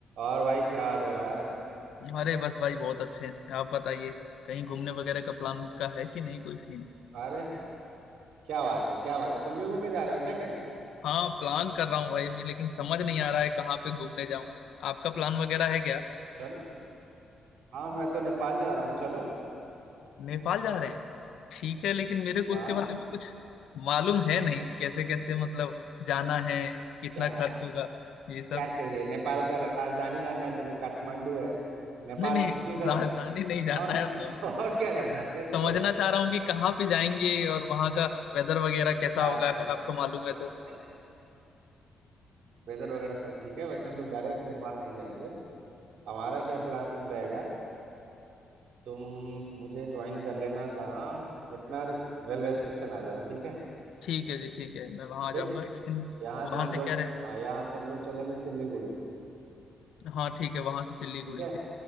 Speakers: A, on the right (about 70°); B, on the left (about 75°).
A: और भाई क्या हाल हो रहा है
B: अरे बस भाई बहुत अच्छे हैं आप बताइए कहीं घूमने वगैरह का प्लान का है कि नहीं कोई सीन
A: अरे क्या बात है क्या बात है तुम भी घूमने जा रहे हो क्या कहीं
B: हाँ प्लान कर रहा हूँ भाई अभी लेकिन समझ नहीं आ रहा है कहाँ पे घूमने जाऊँ आपका प्लान वगैरह है क्या
A: चलो हाँ मैं तो नेपाल जा रहा हूँ चलो
B: नेपाल जा रहे हैं ठीक है लेकिन मेरे को
A: हाँ
B: उसके बारे में कुछ मालूम है नहीं कैसे कैसे मतलब जाना है कितना
A: क्या
B: खर्च होगा ये सब
A: क्या चाहिए नेपाल का राजधानी जानना है तुम्हें काठमांडू है नेपाल
B: नहीं नहीं
A: किधर
B: राजधानी
A: है
B: नहीं जानना
A: नॉर्थ
B: है मतलब
A: में <laughs> और क्या जानना फिर तो
B: समझना चाह रहा हूँ कि कहाँ पे जाएंगे और वहाँ का वेदर वगैरह कैसा होगा
A: अच्छा
B: अगर
A: अच्छा
B: आपको
A: अच्छा
B: मालूम है तो।
A: नहीं वेदर वगैरह सब ठीक है वैसे हम लोग डायरेक्ट नेपाल नहीं जाएंगे हमारा क्या प्लान रहेगा तुम मुझे ज्वाइन कर लेना कहाँ पटना रेलवे स्टेशन आ जाना ठीक है
B: ठीक है जी ठीक है मैं वहां आ
A: ठीक
B: जाऊंगा लेकिन
A: यहाँ
B: वहां
A: से हम
B: से
A: लोग
B: क्या रहेगा
A: हाँ, यहाँ से हम लोग चलेंगे सिलीगुड़ी
B: हाँ ठीक है वहां से सिलीगुड़ी
A: ठीक है
B: से